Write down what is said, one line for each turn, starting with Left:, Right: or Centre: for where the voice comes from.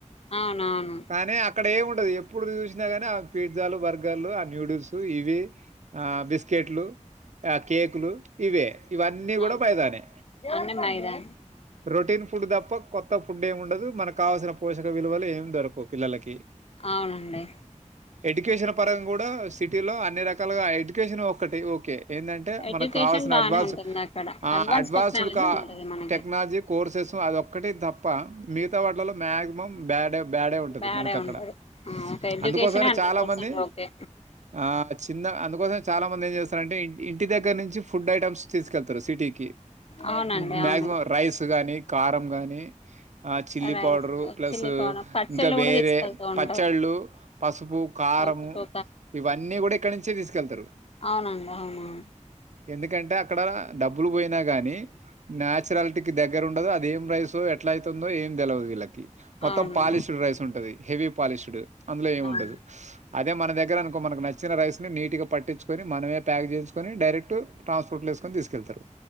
Left: అవునవును
Right: కానీ అక్కడ ఏం ఉన్ టాది ఎప్పుడూ చూసిన గాని ఆ పిజ్జాలు బర్గర్లు న్యూడిల్స్ ఇవె ఆ బిస్కెట్లు ఆ కేకులు ఇవే ఇవన్నీ కూడా
Left: అవును
Right: బైదానే
Left: అన్ని మైదా
Right: రొటీన్ ఫుడ్ తప్ప కొత్త ఫుడ్డే ముండదు మనకు కావాల్సిన పోషక విలువలు ఏం దొరకవు పిల్లలకి
Left: అవునండి
Right: ఎడ్యుకేషన్ పరంగా గూడ సిటీలో అన్ని రకాల గా ఎడ్యుకేషన్ ఒకటే ఒకే ఎందంటే
Left: ఎడ్యుకేషన్
Right: మనకు కావాల్సిన
Left: బానే
Right: అడ్వాన్స్
Left: ఉంటుంది అక్కడ
Right: ఆ
Left: అడ్వాన్స్
Right: అడ్వాన్స్డ్
Left: టెక్నాలజీ
Right: కా
Left: ఉంటది మనకి
Right: టెక్నాలజీ కోర్సెస్ అది ఒక్కటి తప్ప మిగతా వాట్లలో మాక్సిమం బ్యాడ్ ఎ బ్యాడే ఉంటది
Left: బ్యాడే
Right: మనకి అక్కడ
Left: ఉంటది ఓకే ఎడ్యుకేషన్
Right: అందుకోసమనే
Left: హండ్రెడ్
Right: చాలా
Left: పర్సెంట్
Right: మంది
Left: ఓకే
Right: ఆ చిన్న అ అందుకోసమే చాలా మంది ఏం చేస్తారంటే ఇ ఇంటి దగ్గర నుంచి ఫుడ్ ఐటమ్స్ తీసుకెళ్తారు సిటీకి ఇ
Left: అవునండి
Right: మ్యాక్సిమం
Left: అవును
Right: రైస్ గాని కారం గని ఆ chilli
Left: rice
Right: powder plus
Left: chilli powder పచ్చళ్ళు
Right: ఇంకా
Left: కూడా
Right: వేరే
Left: తీసుకెళ్తూ ఉంటారు
Right: పచ్చలు పసుపు కారము
Left: పసుపు
Right: ఇవ్వని కూడా ఇక్కడ్ ఇక్కడినుంచే తీసుకెళ్తారు
Left: అవునండీ అవును అవును
Right: ఎందుకంటే అక్ అక్కడ డబ్బులు పోయిన గాని న్యాచురల్ ఇంటికి దగ్గర ఉండదు అదేం రైసో ఎట్లా అయి <unintelligible> ఏం తెల్వది వీళ్ళకి మొత్తం
Left: అవునండి
Right: పాలిష్డ్ రైస్ ఉంటుంది హెవీ పాలిష్డ్ అందులో ఏం
Left: అవును
Right: ఉండదు అదే మన దగ్గర అనుకో మనకి నచ్చిన రైస్నీ నీట్గా పట్టించుకొని మనమే ప్యాక్ చేసుకుని డైరెక్ట్ ట్రాన్స్పోర్ట్ లో వేసుకొని తీసుకెళ్తారు